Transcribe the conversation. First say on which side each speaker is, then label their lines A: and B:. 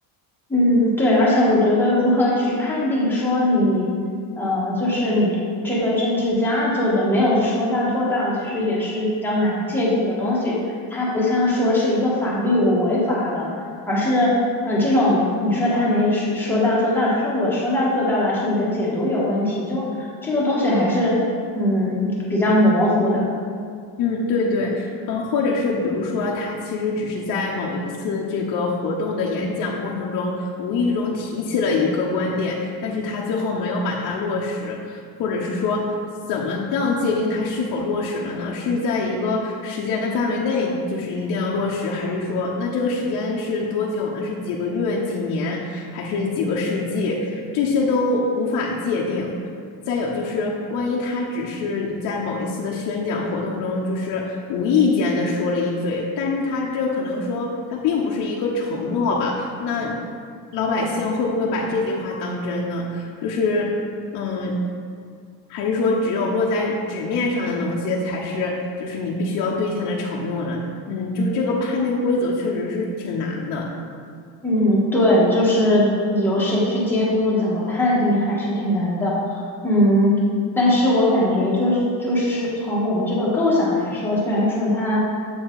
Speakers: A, in the centre; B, on the left.
A: 嗯，对，而且我觉得如何去判定说你，呃，就是你这个政治家做的没有说到做到，其实也是比较难界定的东西。它不像说是一个法律我违法了，而是，嗯、这种你说他没说说到做到，他说我说到做到了，是你的解读有问题，就这个东西还是，嗯，比较模糊的。
B: 嗯，对对，嗯，或者是比如说，他其实只是在某一次这个活动的演讲过程中，无意中提起了一个观点，但是他最后没有把它落实，或者是说，怎么样界定它是否落实了呢？是在一个时间范围内，就是一定要落实，还是说，那这个时间是多久呢？是几个月、几年，还是几个世纪？这些都无法界定，再有就是，万一他只是在某一次的宣讲活动中，就是无意间的说了一嘴，但是他这可能说他并不是一个承诺吧？那老百姓会不会把这句话当真呢？就是，嗯，还是说只有落在纸面上的东西才是，就是你必须要兑现的承诺呢？嗯，就是这个判定规则确实是挺难的。
A: 嗯，对，就是由谁去监督，怎么判定，还是挺难的。嗯，但是我感觉就是就是从我们这个构想来说，虽然说它